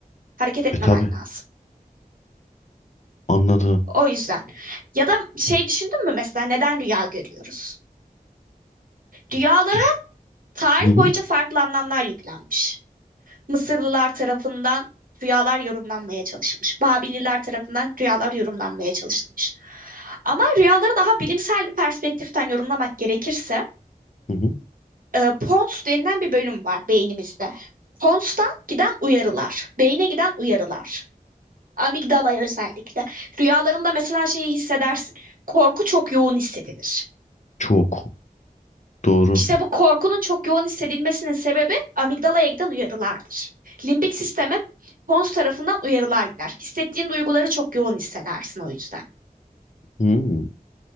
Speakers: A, on the right; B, on the left.
A: Hareket etmemen
B: E tabii
A: lazım.
B: anladım.
A: O yüzden. Ya da şey düşündün mü mesela neden rüya görüyoruz? Rüyalara
B: Düş.
A: tarih
B: Hı hı.
A: boyunca farklı anlamlar yüklenmiş. Mısırlılar tarafından rüyalar yorumlanmaya çalışılmış. Babililer tarafından rüyalar yorumlanmaya çalışılmış. Ama rüyaları daha bilimsel bir perspektiften yorumlamak gerekirse,
B: Hı hı.
A: e, pons denilen bir bölüm var beynimizde. Pons'tan giden uyarılar, beyne giden uyarılar. Amigdala'ya özellikle. Rüyalarında mesela şeyi hissedersin. Korku çok yoğun hissedilir.
B: Çok doğru.
A: İşte bu korkunun çok yoğun hissedilmesinin sebebi amigdalaya giden uyarılardır. Limbik sisteme pons tarafından uyarılar gider. Hissettiğin duyguları çok yoğun hissedersin o yüzden.
B: Hmm,